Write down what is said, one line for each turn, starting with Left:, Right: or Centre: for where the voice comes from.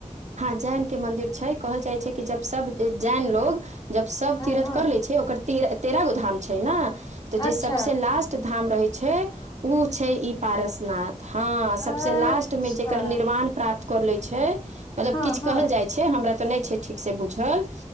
Right: हँ जैन के मंदिर छैय। कहल जाइ छैय कि जब सब जैन लोग जब सब
Left: हँ
Right: तीरथ
Left: हँ
Right: कर लै छैय ओकर त तेरह गो धाम छैय ने तऽ
Left: अच्छा
Right: जे सबस लास्ट धाम रहै छैय ओ छैय ई पारसनाथ हँ
Left: अच्छा
Right: सबस लास्ट मे जेकर निर्माण प्राप्त कर ले छैय मतलब
Left: हँ
Right: किछु
Left: हँ
Right: कहल जाइ छैय हमरा तऽ नहि छैय ठीक से बूझल